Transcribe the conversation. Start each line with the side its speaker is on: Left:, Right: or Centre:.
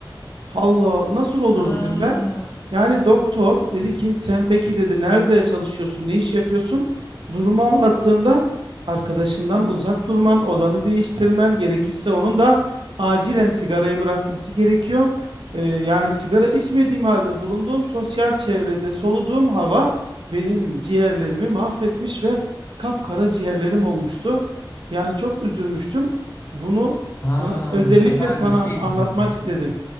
Right: Allah nasıl olur
Left: Aa,
Right: dedim ben. Yani doktor dedi ki sen peki dedi nerede çalışıyorsun, ne iş yapıyorsun? Durumu anlattığımda arkadaşından uzak durman, odanı değiştirmen gerekirse onun da acilen sigarayı bırakması gerekiyor. Ee, yani sigara içmediğim halde bulunduğum sosyal çevrede soluduğum hava benim ciğerlerimi mahvetmiş ve kapkara ciğerlerim olmuştu. Yani çok üzülmüştüm. Bunu sana
Left: Aa
Right: özellikle
Left: Mustafa
Right: sana
Left: abi şey
Right: anlatmak
Left: diyeceğim ya.
Right: istedim.